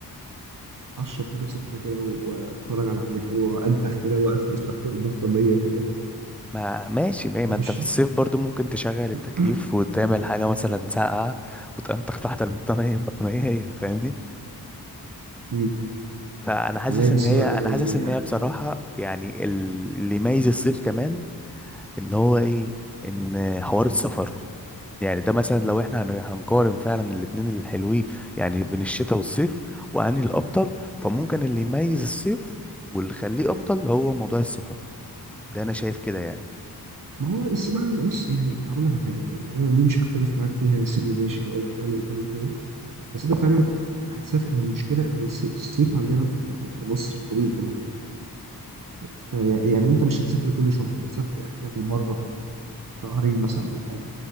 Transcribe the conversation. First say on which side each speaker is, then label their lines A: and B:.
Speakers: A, on the right; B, in the centre.
A: اشرب حاجه سخنه كده و- واتفرج على حاجه حلوه وانتخ كده واقفز تحت البطانيه كده
B: ما ماشي ما
A: ده
B: ما
A: مش
B: انت في الصيف برضو ممكن تشغل التكييف
A: <clears throat>
B: وتعمل حاجة مثلا ساقعة وتنطخ تحت البطانية البطانية هي فاهمني
A: مم.
B: فانا حاسس
A: والله بص
B: ان هي
A: بقى
B: انا
A: يعني
B: حاسس ان هي بصراحه يعني ال- اللي يميز الصيف كمان ان هو ايه ان حوار السفر يعني ده مثلا لو احنا هن- هنقارن فعلا الاتنين الحلوين يعني بين الشتاء والصيف واني الافضل فممكن اللي يميز الصيف واللي يخليه افضل هو موضوع السفر ده انا شايف كده يعني
A: ما هو بس بقى بص يعني هقول لك على حاجه يعني انا دي مش هختلف معاك فيها يا سيدي ماشي هقول لك حلو وكل حاجه بس انت فعلا هتسافر المشكله إن الصي- الصيف عندنا في في- في مصر طويل قوي فيعني انت مش هتسافر كل شهر هتسافر اخرك مره شهرين مثلا او حاجه